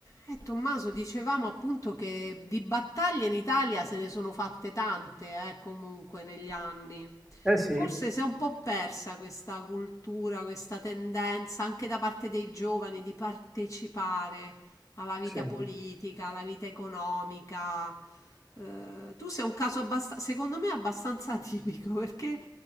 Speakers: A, on the left; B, in the centre.
A: Eh, Tommaso, dicevamo appunto che di battaglie in Italia se ne sono fatte tante, eh, comunque negli anni.
B: Eh sì,
A: Forse si è un po' persa questa cultura, questa tendenza anche da parte dei giovani di partecipare alla vita
B: sì.
A: politica, alla vita economica. Eh, tu sei un caso abbast- secondo me abbastanza <laughs> atipico perché